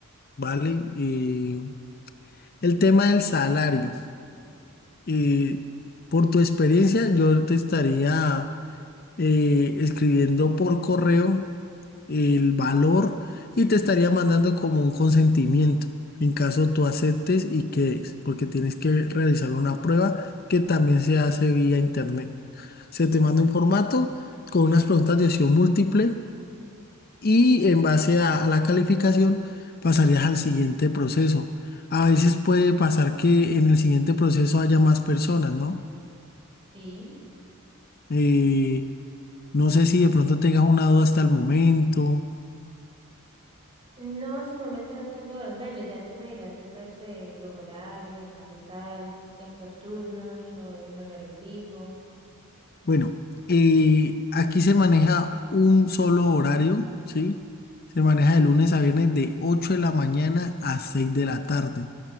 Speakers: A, on the left; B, on the right.
A: ¿vale? Eh, el tema del salario. eh, por tu experiencia, yo te estaría eh, escribiendo por correo el valor y te estaría mandando como un consentimiento en caso tú aceptes y quedes, porque tienes que realizar una prueba que también se hace vía internet. Se te manda un formato con unas preguntas de opción múltiple y en base a, a la calificación pasarías al siguiente proceso. A veces puede pasar que en el siguiente proceso haya más personas, ¿no?
B: Sí.
A: Eh, no sé si de pronto tengas una duda hasta el momento.
B: No, hasta el momento no tengo. Bueno, ya tú me dirás el resto de los horarios, en caso tal, es por turnos o es un horario fijo.
A: Bueno, eh, aquí se maneja un solo horario, ¿sí? Se maneja de lunes a viernes de 8 de la mañana a 6 de la tarde.